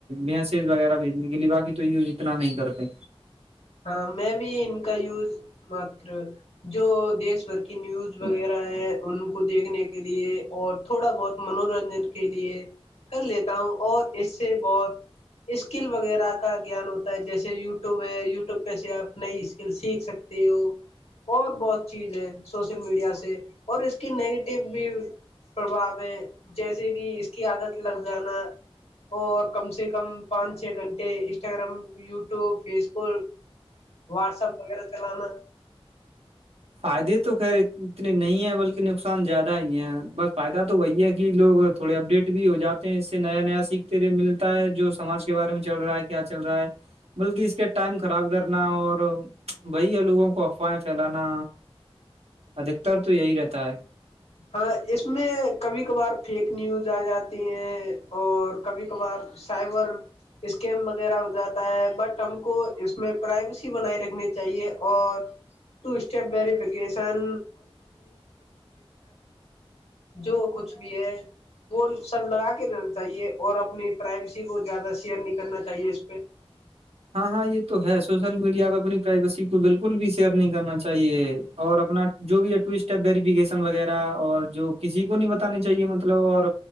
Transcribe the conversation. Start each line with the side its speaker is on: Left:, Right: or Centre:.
Right: میسج وغیرہ بھیجنے کے لیے باقی تو یوز اتنا نہیں کر پ
Left: ہاں میں بھی ان کا یوز مات جو دیش بھر کی نیوز وغیرہ ہے ان کو دیکھنے کے لیے اور تھوڑا بہت منورنجن کے لیے کر لیتا ہوں اور اس سے بہت اسکل وغیرہ کا گیان ہوتا ہے جیسے یوٹیوب ہے ی وب پہ سے آپ نئی اسکل سیکھ سکتے ہو اور بہت چیز ہے سوشل میڈیا سے اور اس کی نگیٹو بھی پربھؤ ہے جیسے کہ اس کی عادت لگ جانا اور کم سے کم پانچ چھ گھنٹے Instagram YouTube Facebook WhatsApp وغیرہ چلانا
Right: فائدے تو خیر اتنے نہیں ہیں بلکہ نقصان زیادہ ہی ہیں بس فائدہ تو وہی ہے کہ لوگ تھوڑے اپڈیٹ بھی ہو جاتے ہیں اس سے نیا نیا سیکھتےئے ملتا ہے جو سماج کے بارے میں چل رہا ہے کیا چل رہا ہے بلکہ اس کے ٹائم خراب کرنا اور وہی ہے لوگوں کو افواہیں پھیلانا ادھکتر تو یہی رہتا ہے
Left: ہاں اس میں کبھی کبھار فیک نیوز آ جاتی ہیں اور کبھی کبھار سائبر اسکیم وغیرہ ہو جاتا ہے بٹ ہم کو اس میں پرائیویسی بنائی رکھنی چاہیے اور ٹو اسٹیپ ویریفکیشن جو کچھ بھی ہے وہ سب لگا کے لینا چاہیے اور اپنی پرائویسی کو زیادہ شیئر نہیں کرنا چاہیے اس پہ
Right: ہاں ہاں یہ تو ہے سوشل میڈیا پہ اپنی پرائیویسی کو بالکل بھی شیئر نہیں کرنا چاہیے اور اپنا جو بھی ٹو اسٹیپ ویریفکیشن وغیرہ اور جو کسی کو نہیں بتانا چاہیے مطلب اور